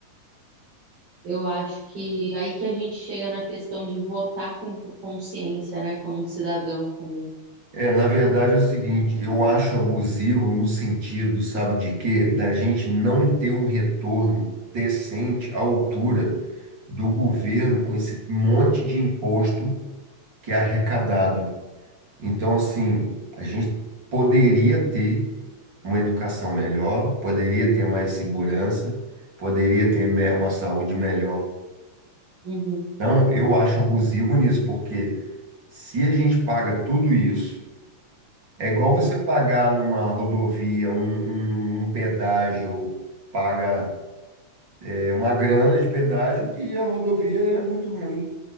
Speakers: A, on the right; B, on the right.
A: Eu acho que aí que a gente chega na questão de votar com consciência, né, como um cidadão também.
B: É, na verdade é o seguinte, eu acho abusivo no sentido, sabe de quê? Da gente não ter um retorno decente à altura do governo com esse monte de imposto que é arrecadado. Então, assim, a gente poderia ter uma educação melhor, poderia ter mais segurança, poderia ter me- uma saúde melhor.
A: Uhum.
B: Não, eu acho abusivo nisso, porque se a gente paga tudo isso, é igual você pagar numa rodovia um, um, um pedágio, paga é, uma grana de pedágio e a rodovia é muito ruim,